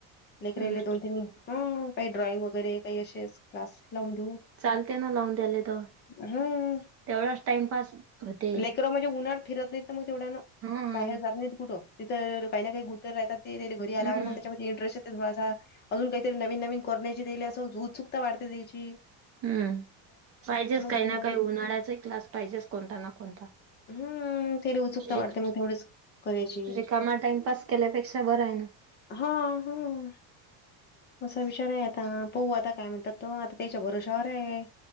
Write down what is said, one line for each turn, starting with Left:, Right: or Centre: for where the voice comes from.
Left: लेकराले
Right: हम्म
Left: दोन, तीन हम्म काही ड्रॉइंग वगैरे काही असेच क्लास लावून देऊ.
Right: चालते ना लावून द्याले तर.
Left: हम्म.
Right: तेवढाच टाइमपास होते
Left: लेकर म्हणजे उन्हात फिरत नाही तर म तेवढ्या न
Right: हम्म
Left: बाहेर जात नाहीत कुठं. तिथ काही ना काही गुतर राहतात ते घरी आल्यावर
Right: हम्म
Left: मग त्याच्यामध्ये इंटरेस्ट <unintelligible> अजून काहीतरी नवीन नवीन कोरण्याची देले अस उत्सुकता वाढते तेची.
Right: हम्म, पाहिजेच काही
Left: त्याला
Right: ना
Left: नवीन
Right: काही उन्हाळ्याचाही क्लास पाहिजेच कोणता ना कोणता.
Left: हम्म त्याला उत्सुकता
Right: रिक
Left: वाढते मग तेवढेच करायची
Right: रिकामा टाइमपास केल्यापेक्षा बरं आय ना.
Left: हा हां. असा विचार आय आता, पाहू आता काय म्हणतात तो आता त्याच्या भरोश्यावर आहे.